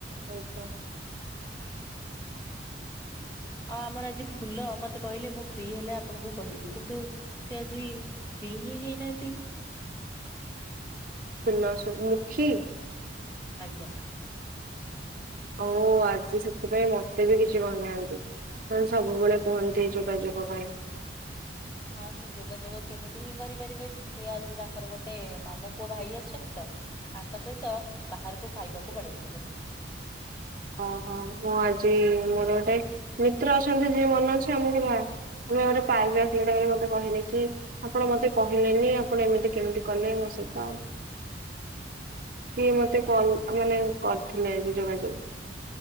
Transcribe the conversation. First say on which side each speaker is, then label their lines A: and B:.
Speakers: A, on the right; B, on the left.
A: ହୋଉ କ। <inaudible>
B: ଟ ଅ ଆମର ଆଜି ଫୁଲ ମତେ କହିଲେ ମୁଁ ଫ୍ରି ହେଲେ ଆପଣଙ୍କୁ କହିବି, କିନ୍ତୁ ସେ ଆଜି ଫ୍ରି ହି ହେଇନାଆନ୍ତି। <inaudible>
A: ଉଲାସ ମୁଖୀ-ଇ।
B: ଆଜ୍ଞା।
A: ଓ ଆଜି ସେଥିପାଇଁ ମତେ ବି କିଛି କହିନାହାନ୍ତି। ହଁ ସବୁବେଳେ କୁହନ୍ତି ଯୋଗାଯୋଗ ପାଇଁ। <inaudible>
B: ହଁ ସେ ଯୋଗାଯୋଗ କେମିତି ହିଁ କରିପାରିବେ? ସିଏ ଆଜି ତାଙ୍କର ଗୋଟେ ମାମୁ ପୁଅ ଭାଇ ଆସିଚନ୍ତି ତ। ତାଙ୍କ ସହିତ ବାହାରକୁ ଖାଇବାକୁ ପଳେଇଥିଲେ। <inaudible>
A: ଓ ହଁ ମୁଁ ଆଜି ମୋର ଗୋଟେ ମିତ୍ର ଅଛନ୍ତି ଯିଏ ମନେ ଅଛି ଆମକୁ ବା ଆମେ ଗୋଟେ ପାର୍କ ରେ <unintelligible> ମତେ କହିଲେ କି, ଆପଣ ମତେ କହିଲେନି ଆପଣ ଏମିତି କେମିତି କଲେ ମୋ ସହ? ସେଇ ତ ଆଉ।
B: ଃ
A: ସିଏ ମତେ କଲ ମାନେ କରିଥିଲେ ଆଜି ଯୋଗାଯୋଗ।